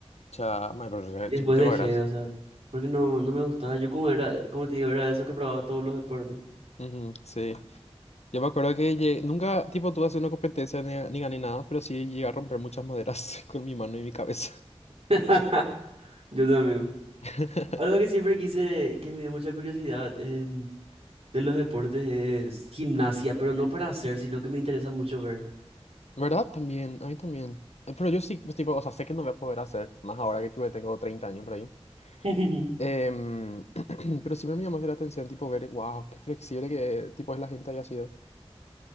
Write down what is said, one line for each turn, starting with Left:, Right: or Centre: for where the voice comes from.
Left: Cha, mae, pero era
Right: Y después
Left: chiquito
Right: dejé,
Left: que eras.
Right: o sea, porque no, no me gustaba. Yo como era, como te digo, era de esos que probaba todos los deportes.
Left: Ujú, sí. Yo me acuerdo que llegué- nunca, tipo, tuve así una competencia ni, ni gané nada, pero sí llegué a romper muchas maderas <laughs> con mi mano y mi cabeza.
Right: <laughs> Yo también.
Left: <laughs>
Right: Algo que siempre quise, que me dio mucha curiosidad en- de los deportes es gimnasia, pero no para hacer, sino que me interesa mucho ver.
Left: ¿Verdad? También, a mí también. Eh, Pero yo sí, pues, tipo, o sea, sé que no voy a poder hacer, más ahora que tipo, tengo 30 años por ahí.
Right: <laughs> Ujú.
Left: Em, <clears throat> pero sí me llamó la atención, tipo, ver, wow, qué flexible que tipo es la gente había sido.